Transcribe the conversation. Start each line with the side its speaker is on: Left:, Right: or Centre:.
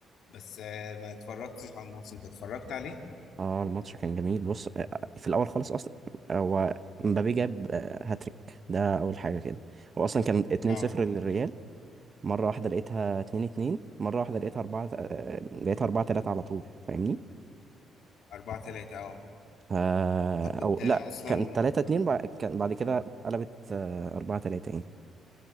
Left: بس آه، ما اتفرجتش على الماتش انت اتفرجت عليه
Right: اه الماتش كان جميل بص آه، آه، في الاول خالص اصلا آه، هو مبابي جاب آه، هاتريك ده اول حاجه كده هو اصلا كان 2-0
Left: اه
Right: للريال مره واحده لقيتها 2-2 مره واحده لقيتها 4 آه، لقيتها 4-3 على طول فاهمني
Left: 4-3 اه
Right: آه،
Left: طب انت
Right: او
Left: اصلا
Right: لا كان 3-2 بع- كان بعد كده قلبت 4-3 يعني